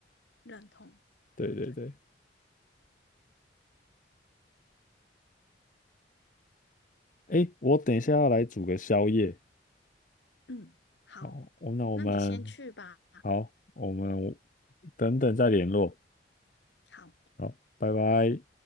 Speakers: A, on the left; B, on the left.
A: 认同。
B: 对对对，
A: 对对，
B: 诶，我等一下要来煮个宵夜，
A: 嗯，好，
B: 好，我那我们
A: 那你先去吧。
B: 好，我们等等再联络，
A: 好。
B: 好，拜拜。